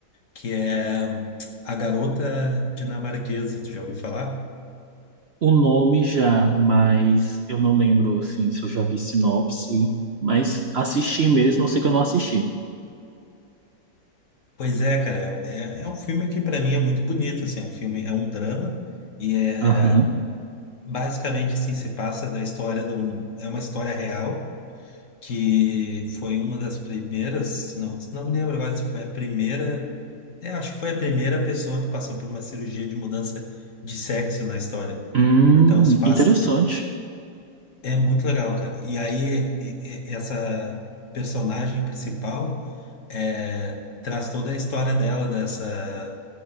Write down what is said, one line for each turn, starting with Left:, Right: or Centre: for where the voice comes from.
Left: que é A Garota Dinamarquesa, tu já ouviu falar?
Right: O nome já, mas eu não lembro assim se eu já vi sinopse, mas assisti mesmo, eu sei que eu não assisti.
Left: Pois é, cara, é, um, é é um filme que pra mim é muito bonito, assim, é um filme, é um drama e é
Right: Aham.
Left: basicamente assim se passa da história de um, é uma história real que foi uma das primeiras, se não, se não me lembro agora se foi a primeira, é, acho que foi a primeira pessoa que passou por uma cirurgia de mudança de sexo na história.
Right: Hum,
Left: Então se passa
Right: interessante.
Left: É muito legal, cara. E aí, e- e- essa personagem principal é, traz toda a história dela, dessa